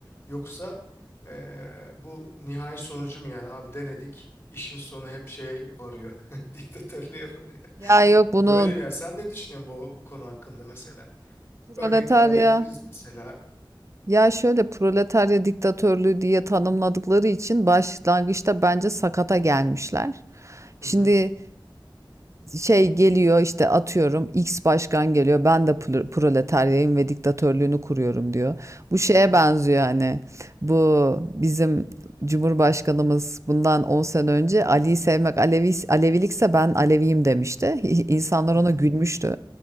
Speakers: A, on the left; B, on the right.
A: Yoksa eee, bu nihai sonucu mu yani abi denedik işin sonu hep şey varıyor <laughs> diktatörlüğe varıyor.
B: Ya yok bunun
A: Böyle mi yani sen ne düşünüyorsun bu, bu konu hakkında mesela?
B: proletarya
A: Örnekler verebiliriz mesela.
B: Ya şöyle proletarya diktatörlüğü diye tanımladıkları için başlangıçta bence sakata gelmişler.
A: Hı
B: Şimdi
A: hı
B: şey geliyor işte atıyorum X başkan geliyor ben de pro- proletaryayım ve diktatörlüğünü kuruyorum diyor. Bu
A: hı
B: şeye
A: hı
B: benziyor hani bu bizim Cumhurbaşkanımız bundan 10 sene önce Ali'yi sevmek Alevi, Alevilikse ben Aleviyim demişti. <laughs> İnsanlar
A: hı. hı.
B: ona gülmüştü.